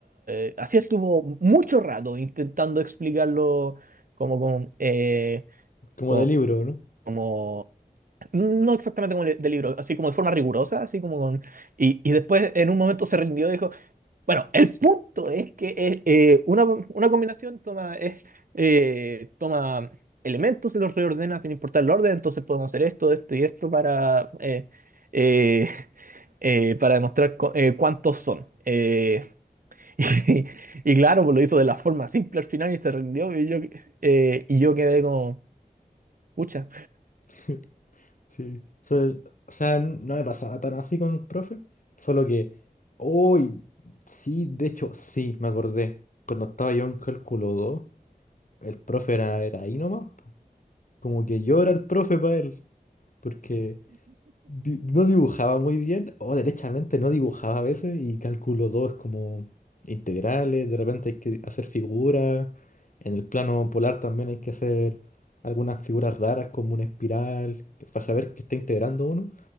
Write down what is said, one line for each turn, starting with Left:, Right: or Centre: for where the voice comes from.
Right: eh, así estuvo mucho rato intentando explicarlo como con, eh,
Left: Como
Right: con-
Left: de libro, ¿no?
Right: como, no exactamente como el- del libro, así como de forma rigurosa, así como con... Y, y después en un momento se rindió y dijo... Bueno, el punto es que eh, eh, una, una combinación toma, es, eh, toma elementos y los reordena sin importar el orden, entonces podemos hacer esto, esto y esto para, eh, eh, <laughs> eh, para demostrar cu- eh, cuántos son. Eh, <laughs> y, y claro, pues lo hizo de la forma simple al final y se rindió y yo, eh, y yo quedé como, pucha.
Left: <laughs> Sí. So- o sea, no me pasaba tan así con el profe, solo que, hoy, sí, de hecho, sí, me acordé. Cuando estaba yo en cálculo 2 el profe era, era ahí nomás. po. Como que yo era el profe para él, porque di- no dibujaba muy bien, o derechamente no dibujaba a veces, y cálculo 2 es como integrales, de repente hay que hacer figuras, en el plano polar también hay que hacer algunas figuras raras como una espiral, para saber qué está integrando uno